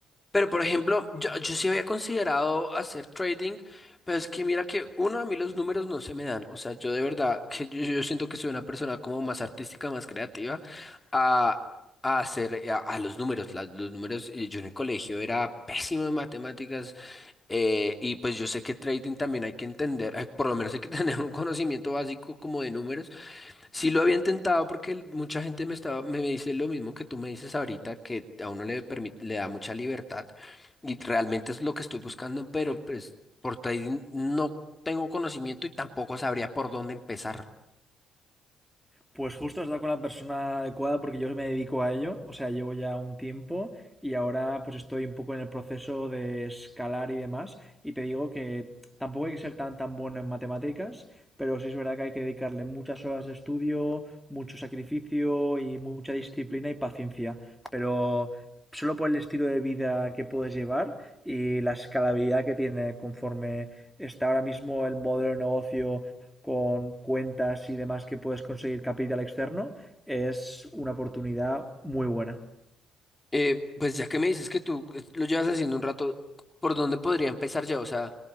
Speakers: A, on the left; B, in the centre.
A: Pero por ejemplo, yo, yo sí había considerado hacer trading, pero es que mira que uno a mí los números no se me dan. O sea, yo de verdad <laughs> que yo, yo siento que soy una persona como más artística, más creativa a, a hacer a, a los números. La- los números, eh, yo en el colegio era pésimo en matemáticas eh, y pues yo sé que trading también hay que entender, eh, por lo menos hay que <laughs> tener un conocimiento básico como de números Sí lo había intentado porque el- mucha gente me estaba, me me dice lo mismo que tú me dices ahorita, que a uno le permite, le da mucha libertad y realmente es lo que estoy buscando, pero pues por trading no tengo conocimiento y tampoco sabría por dónde empezar.
B: Pues justo has dado con la persona adecuada porque yo me dedico a ello, o sea, llevo ya un tiempo y ahora pues estoy un poco en el proceso de escalar y demás y te digo que tampoco hay que ser tan tan bueno en matemáticas, pero sí es verdad que hay que dedicarle muchas horas de estudio, mucho sacrificio y mucha disciplina y paciencia, pero solo por el estilo de vida que puedes llevar y la escalabilidad que tiene conforme está ahora mismo el modelo de negocio con cuentas y demás que puedes conseguir capital externo, es una oportunidad muy buena.
A: Eh, pues ya que me dices que tú eh, lo llevas haciendo un rato, ¿por dónde podría empezar ya? O sea,